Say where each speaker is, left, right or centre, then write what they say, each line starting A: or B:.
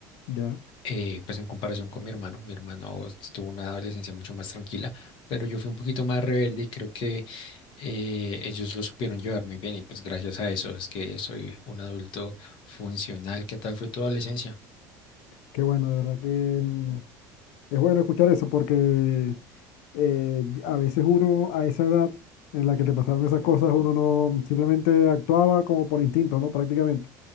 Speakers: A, on the left; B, on the left.
A: Ya,
B: eh, pues en comparación con mi hermano. Mi hermano tuvo una adolescencia mucho más tranquila, pero yo fui un poquito más rebelde y creo que eh, ellos lo supieron llevar muy bien y pues gracias a eso es que soy un adulto funcional. ¿Qué tal fue tu adolescencia?
A: qué bueno, de verdad que... mm, Es bueno escuchar eso porque eh, a veces uno a esa edad en la que te pasaron esas cosas, uno no simplemente actuaba como por instinto, ¿no? Prácticamente